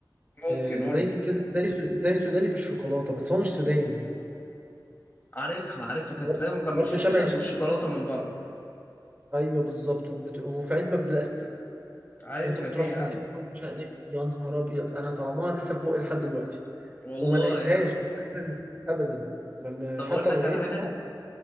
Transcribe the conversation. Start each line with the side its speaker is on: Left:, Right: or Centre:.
Left: ممكن
Right: آه،
Left: قول
Right: زي
Left: لي
Right: كده زي سو- زي السوداني بالشوكولاتة بس هو مش سوداني
Left: عارفها عارفها كانت
Right: برضه
Left: زي مقرمشات
Right: برضه شبه
Left: كده بالشوكولاته
Right: الشيتوس كده.
Left: من بره
Right: ايوه بالظبط وبت... وفي علبة بلاستيك
Left: عارفها
Right: وانت بتروح
Left: دي يا عم
Right: ماسكها مش عارف إيه. يا نهار ابيض انا طعمها لسه في بوقي لحد دلوقتي
Left: والله
Right: وما لقيتهاش مش لاقيها ابدا ما- ما-
Left: طب
Right: حتى
Left: اقول لك
Right: لو لقيتها
Left: على حاجه